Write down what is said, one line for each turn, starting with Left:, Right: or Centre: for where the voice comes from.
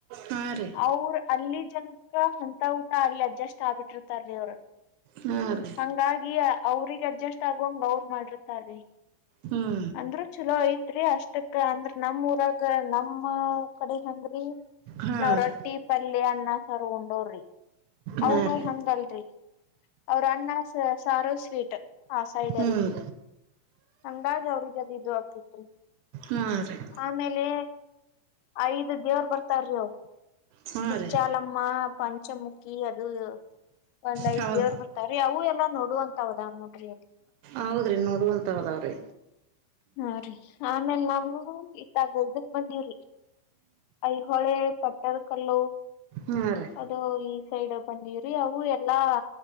Right: ಹಾ ರೀ
Left: ಅವ್ರ ಅಲ್ಲಿ ಜನಕ ಅಂತ ಆಗ್ಲಿ ಅಡ್ಜಸ್ ಆಗ್ಬಿಟ್ಟಿತಾರೀ ಅವ್ರು
Right: ಹಾ ರೀ
Left: ಹಂಗಾಗಿ ಅವ್ರಿಗೆ ಅಡ್ಜಸ್ಟ್ ಆಗುವಂಗ ಅವ್ರ ಮಾಡಿರ್ತೀ
Right: ಹ್ಮ
Left: ಅಂದ್ರೂ ಚಲೋ ಐತ್ರಿ ಅಷ್ಟಕ್ಕ ಅಂದ್ರ ನಮ ಊರಾಗ ನಮ್ಮ ಕಡೆ ಹೆಂಗ್ರಿ
Right: ಹಾ
Left: ನಾವ್ ರೊಟ್ಟಿ
Right: ರೀ
Left: ಪಲ್ಯ ಅನ್ನ ಸರ್ ಉೊಂಡೋ್ರಿ
Right: ಹಾ
Left: ಅವರು
Right: ರೀ
Left: ಹಂಗಲ್ರಿ ಅವ್ರ ಅನ್ನ ಸಾರೋ ಸ್ವೀಟ್ ಆ ಸೈಡ್
Right: ಹ್ಮ್
Left: ಎಲ್ಲ ಹಂಗಾಗಿ ಅವ್ರಿಗೆದು ಇು ಹಾಕತ್ರಿ
Right: ಹಾ ರೀ
Left: ಆಮೇಲೆ ಐದು ದೇವರು ಬರ್ತಾರರು
Right: ಹಾ
Left: ಬಿಚ್ಚಾಲಮ್ಮ
Right: ರೀ
Left: ಪಂಚಮುಖಿ ಕಿ ಅದು ಒಂದಐ
Right: ಹೌದ
Left: ದೇವರು ಬರ್ತಾರೆೀ ಅವು ಎಲ್ಲ ನೋಡುವ ಅಂತ ಹದಾವ ನೋಡ್ರಿ ಅಲ್ಲಿ
Right: ಹೌದ್ರಿ ನೋಡುವಂತಾವದಾವ್ರೀ
Left: ಹಾ ರೀ ಆಮೇಲ್ ನಾವವು ಇತ್ತಾಗಲ್್ದಕ್ ಬಂದೀವ್ರಿ ಐಹೊಳೆ ಪಟ್ಟರ್ ಕಲ್ಲು
Right: ಹಾ ರೀ
Left: ಅದು ಈ ಸೈಡ್ ಬಂದಿವವ್ರಿ ಅವು ಎಲ್ಲಾ